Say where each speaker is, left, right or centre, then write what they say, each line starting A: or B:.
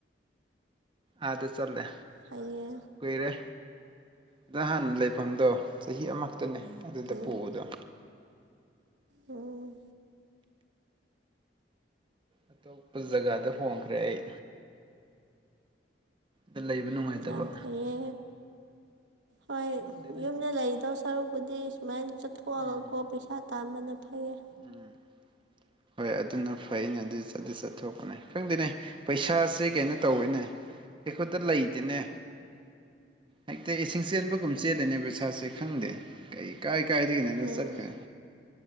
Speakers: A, on the right (about 30°); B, on the right (about 80°).
A: ꯑꯥꯗ ꯆꯠꯂꯦ
B: ꯐꯩꯌꯦ
A: ꯀꯨꯏꯔꯦ ꯑꯗ ꯍꯥꯟꯅ ꯂꯩꯐꯝ ꯑꯗꯣ ꯆꯍꯤ ꯑꯃꯛꯇꯅꯦ ꯑꯗꯨꯗ
B: ꯎꯝ
A: ꯄꯨꯕꯗꯣ
B: ꯎꯝ
A: ꯑꯇꯣꯞꯄ ꯖꯒꯥꯗ ꯍꯣꯡꯈ꯭ꯔꯦ ꯑꯩ ꯗ ꯂꯩꯕ ꯅꯨꯡꯉꯥꯏꯇꯕ
B: ꯌꯥꯝ ꯐꯩꯌꯦ ꯍꯣꯏ
A: ꯈꯪꯗꯦꯅꯦ
B: ꯌꯨꯝꯗ ꯂꯩꯗꯧ ꯁꯔꯨꯛꯄꯨꯗꯤ ꯁꯨꯃꯥꯏꯅ ꯆꯠꯊꯣꯛꯑꯒꯀꯣ
A: ꯎꯝ
B: ꯄꯩꯁꯥ ꯇꯥꯥꯟꯕꯅ ꯐꯔ
A: ꯎꯝ ꯍꯣꯏ ꯑꯗꯨꯅ ꯐꯩꯅꯦ ꯑꯗꯨ ꯑꯗꯨ ꯆꯠꯊꯣꯛꯄꯅꯤ ꯈꯪꯗꯦꯅꯦ ꯄꯩꯁꯥꯁꯤ ꯀꯩꯅꯣ ꯇꯧꯋꯦꯅꯦ ꯑꯩꯈꯣꯏꯗ ꯂꯩꯗꯦꯅꯦ ꯍꯦꯛꯇ ꯁꯤꯡꯆꯦꯟꯕꯒꯨꯝ ꯆꯦꯜꯂꯅꯦꯕ ꯁꯥꯥꯁꯦ ꯈꯪꯗꯦ ꯀꯩ ꯀꯥꯏ ꯀꯥꯏꯗꯤꯅꯦ ꯅ
B: ꯎꯝ
A: ꯆꯔ ꯀꯅꯦ